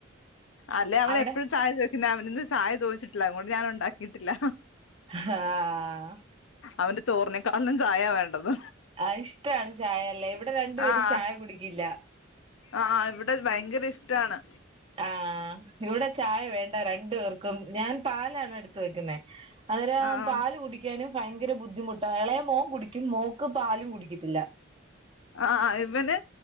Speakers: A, on the left; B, on the right.
A: അല്ലേ അവൻ
B: അവിടെ
A: എപ്പഴും ചായ ചോയിക്കണ അവനിന്ന് ചായ ചോദിച്ചിട്ടില്ല അത്കൊണ്ട് ഞാൻ ഇണ്ടാക്കിട്ടില്ല
B: ആഹ്
A: അവന്റെ ചോറിനേക്കാളിലും ചായ വേണ്ടത്
B: ആഹ് ഇഷ്ടാണ് ചായല്ലേ ഇവിടെ രണ്ടുപേരും
A: ആഹ്
B: ചായ കുടിക്കില്ല
A: ആഹ് ഇവിടെ ഭയങ്കര ഇഷ്ടാണ്
B: ആഹ് ഇവിടെ ചായ വേണ്ട രണ്ടു പേർക്കും ഞാൻ പാലാണ് എടുത്ത് വെക്കുന്നേ അന്നേരം
A: ആഹ്
B: പാല് കുടിക്കാനും ഭയങ്കര ബുദ്ധിമുട്ടാ എളേ മോൻ കുടിക്കും മോക്ക് പാലും കുടിക്കത്തില്ല
A: ആഹ് ആഹ് ഇവന്